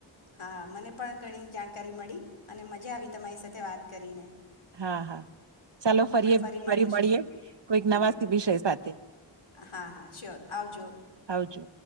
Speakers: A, on the left; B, on the right.
A: હા મને પણ ઘણી જાણકારી મળી અને મજા આવી તમારી સાથે વાત કરીને.
B: હા હા ચાલો
A: આપણે
B: ફરીએ
A: મળીશું
B: ફરી મળીએ કોઈક
A: હમ
B: નવા વિષય સાથે
A: હા હા શ્યોર આવજો
B: આવજો